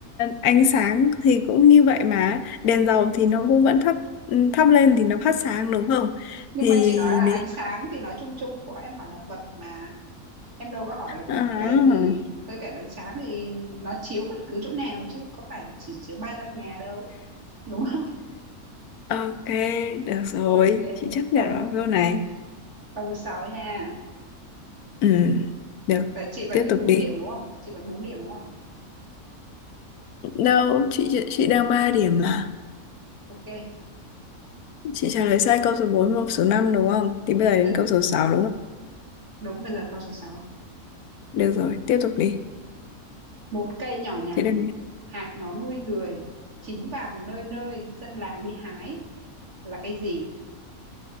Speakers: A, on the left; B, on the right.
A: ánh sáng thì cũng như vậy mà đèn dầu thì nó cũng vẫn thắp thắp lên thì nó phát sáng đúng không
B: nhưng
A: thì
B: mà chị nói là
A: nếu-
B: ánh sáng thì nói chung chung của em hỏi là vật mà em đâu có hỏi là
A: à,
B: cái gì với cả ánh sáng thì nó chiếu bất cứ chỗ nào chứ có phải là chỉ chiếu ba gian nhà đâu đúng không
A: ok được rồi
B: <laughs> ok
A: chị chấp nhận
B: câu
A: vào câu này
B: câu thứ sáu nha
A: ừ, được
B: Vậy chị vẫn
A: tiếp tục
B: bốn
A: đi
B: điểm đúng không chị vẫn bốn điểm đúng không
A: đâu chị chị đang ba điểm mà
B: ok
A: chị trả lời sai câu số bốn và số 5 đúng không thì bây giờ đến
B: Bây-
A: câu số 6 đúng không
B: đúng bây giờ câu số sáu
A: được rồi tiếp tục đi
B: Một cây nhỏ nhắn,
A: chị đang
B: hạt nó nuôi người, chín vàng nơi nơi, dân làng đi hái. Là cây gì?